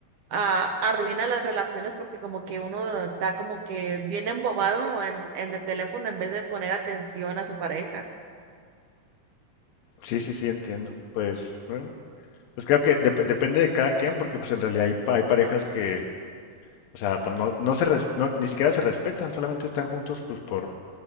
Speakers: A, on the right; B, on the left.
A: ah, arruina las relaciones porque como que uno está como que bien embobado en, en el teléfono en vez de poner atención a su pareja.
B: Sí, sí, sí, entiendo. Pues, bueno, pues creo que dep- depende de cada quien, porque pues en realidad hay, pa- hay parejas que, o sea, pues no, no se res- no, ni siquiera se respetan, solamente están juntos pues por,